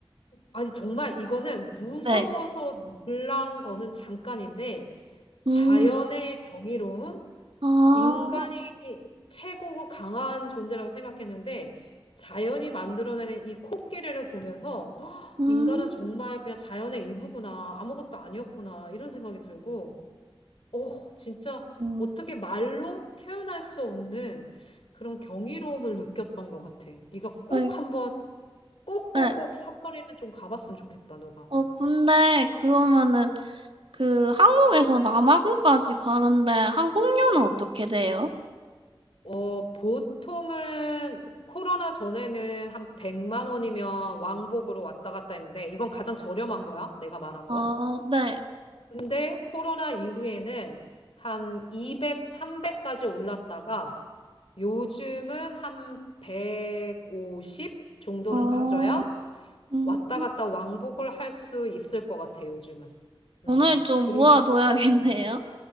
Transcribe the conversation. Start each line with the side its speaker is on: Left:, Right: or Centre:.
Left: 아니, 정말 이거는 무서워서
Right: 네.
Left: 놀란 거는 잠깐인데
Right: 음.
Left: 자연의 경이로움,
Right: 아,
Left: 인간이 최고고 강한 존재라고 생각했는데 자연이 만들어내는 이 코끼리를 보면서
Right: 음.
Left: 인간은 정말 그냥 자연의 일부구나, 아무것도 아니었구나, 이런 생각이 들고 어, 진짜
Right: 음.
Left: 어떻게 말로 표현할 수 없는 그런 경이로움을 느꼈던 것 같아. 네가 꼭
Right: 어이,
Left: 한번 꼭꼭꼭
Right: 네.
Left: 삿포로는 좀 가봤으면 좋겠다, 너가.
Right: 어, 근데 그러면은 그 한국에서 남아공까지 가는데 항공료는 어떻게 돼요?
Left: 어, 보통은 코로나 전에는 한 100만 원이면 왕복으로 왔다 갔다 했는데 이건 가장 저렴한 거야, 내가 말한
Right: 아,
Left: 건.
Right: 네.
Left: 근데 코로나 이후에는 한 200, 300까지 올랐다가 요즘은 한 150 정도는
Right: 어,
Left: 가져야
Right: 음.
Left: 왔다 갔다 왕복을 할 수 있을 것 같아, 요즘은.
Right: 오늘
Left: 음.
Right: 좀
Left: 그리고,
Right: 모아둬야겠네요.
Left: 음.